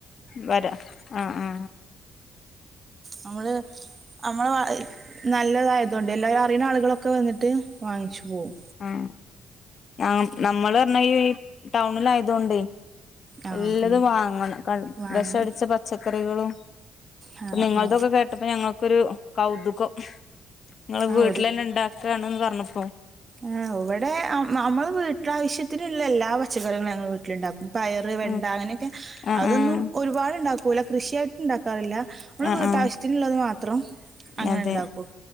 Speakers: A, on the left (about 50°); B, on the right (about 35°).
A: വരാ ആ ആ
B: നമ്മള് അമ്മള് നല്ലതായതൊണ്ട് എല്ലരു റിണാളുകളൊക്കെ വന്നിട്ട് വാങ്ങിച്ചു പോവും
A: ആ നാം നമ്മളർഞ്ഞ ഈ ടൗണിലായാതൊണ്ട്
B: ആ
A: എല്ലതും
B: അങ്ങനെ
A: വാങ്ങണം കൺ
B: വാങ്ങണം
A: വെഷം അടിച്ച പച്ചക്കറി ട്കളും
B: ആ
A: നിങ്ങളതൊക്കെ
B: ആ
A: കേട്ടപ്പോ ഞങ്ങ ഒരു കൗതുകം നിങ്ങൾ
B: ആ
A: വീട്ടിലെനെണ്ടാക്കണ് പർ <unintelligible>
B: ആ ഇവിടെ അമഅമ്മള് വീട്ടിലാവശ്യ ത്തിനുള്ള എല്ല പച്ചക്കറികളും ഞങ്ങൾ വീട്ടിലുണ്ടാക്കും പയറ് വെണ്ട
A: ഉം
B: അങ്ങനെക്കെ
A: ആഹ്
B: അതൊന്നും
A: ആഹ്
B: ഒരുപാട്ണ്ടാക്കൂല കൃഷിയായിട്ട് ഇണ്ടാ ക്കാറില്ല നമ്മള്
A: ആഹ്
B: വീട്ടാവശ്യത്തിനുള്ളത്
A: ആഹ്
B: മാത്രം അങ്ങനെ
A: അതെ
B: ണ്ടാക്കും